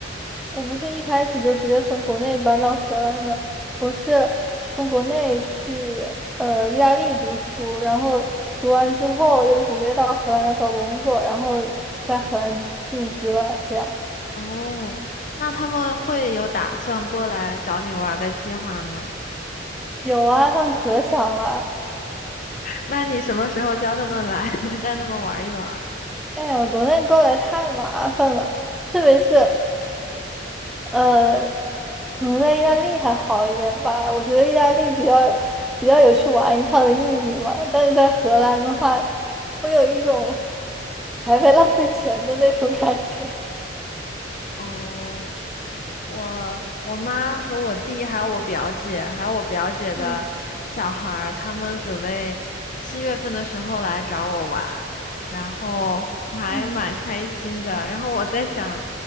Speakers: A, in the centre; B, on the left (about 40°).
A: 我不是一开始就直接从国内搬到荷兰的，我是从国内去呃意大利读书，然后读完之后又直接到荷兰来找工作，然后在荷兰定居了。这样
B: 哦，那他们会有打算过来找你玩儿的计划吗？
A: 有啊，他们可想了。
B: 那你什么时候叫他们来，<laughs> 带他们玩一玩？
A: 哎呀，国内过来太麻烦了，特别是。呃，可能在意大利还好一点吧。我觉得意大利比较比较有去玩一趟的意义嘛。但是在荷兰的话，会有一种 <laughs> 白白浪费钱的那种感觉。
B: 哦，我我妈和我弟还有我表姐，还有我表姐的小孩儿，
A: 嗯
B: 他们准备七月份的时候来找我玩，然后还蛮开心的。
A: 嗯
B: 然后我在想，